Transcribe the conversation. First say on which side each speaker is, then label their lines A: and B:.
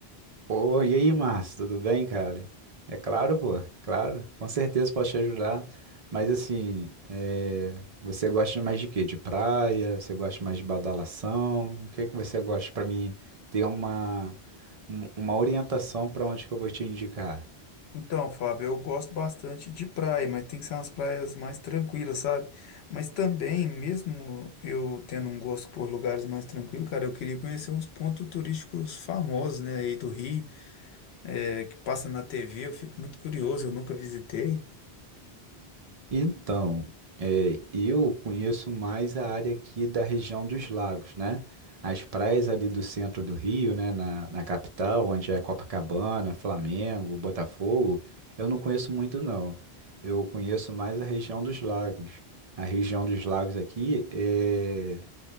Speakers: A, on the right; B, on the left.
A: Pô, e aí, Márcio, tudo bem, cara? É claro, pô, é claro, com certeza posso te ajudar. Mas assim, é, você gosta mais de quê? De praia? Você gosta mais de badalação? O que que você gosta para mim ter uma, um- uma orientação para onde que eu vou te indicar?
B: Então, Fábio, eu gosto bastante de praia, mas tem que ser umas praias mais tranquilas, sabe? Mas também, mesmo eu tendo um gosto por lugares mais tranquilos, cara, eu queria conhecer uns pontos turísticos famosos, né, aí do Rio, é, que passa na TV, eu fico muito curioso, eu nunca visitei.
A: Então, é, eu conheço mais a área aqui da região dos lagos, né? As praias ali do centro do Rio, né? Na, na capital, onde é Copacabana, Flamengo, Botafogo, eu não conheço muito, não. Eu conheço mais a região dos lagos. A região dos lagos aqui, é,